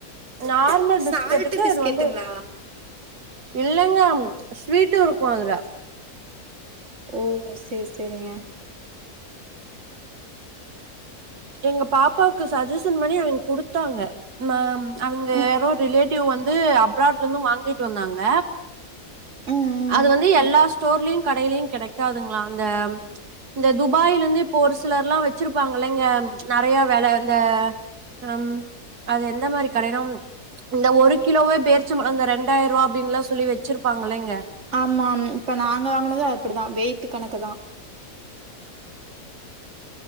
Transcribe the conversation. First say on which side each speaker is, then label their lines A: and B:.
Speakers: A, on the right; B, on the right.
A: நார்மல் பிஸ்கெட்டுக்கு
B: சால்ட் பிஸ்கெட்டுங்களா
A: இது வந்து இல்லைங்க ஸ்வீட்டு இருக்கு அதுல
B: ஓ சேர் செரிங்க
A: எங்க பாப்பாவுக்கு சஜ்ஜசன் பண்ணி அவிங் குடுத்தாங்க நா அவிங்க
B: ம்
A: யாரோ ரிலேட் டிவ் வந்து அப்ராட்லருந்து வாங்கிட் வந்தாங்க
B: ம் ம்
A: அது வந்து எல்லா ஸ்டோர்லியு கடையிலியு கெடைக்காதுங்ளா அந்த இந்த துபாய்லந்து இப்போ ஒரு சிலர்லா வெச்சிருப்பாங்கல்லைங்க நறையா வெல அந்த ம் அது எந்த மாரி கடைனா இந்த ஒரு கிலோவே பேர்ச்ச பழோ அந்த ரெண்டாயரூவா அப்டின்லா சொல்லி வெச்சிருப்பாங்களேங்க
B: ஆமாம் இப்ப நாங்க வாங்குனது அப்புடிதா வெயிட்டு கணக்கு தா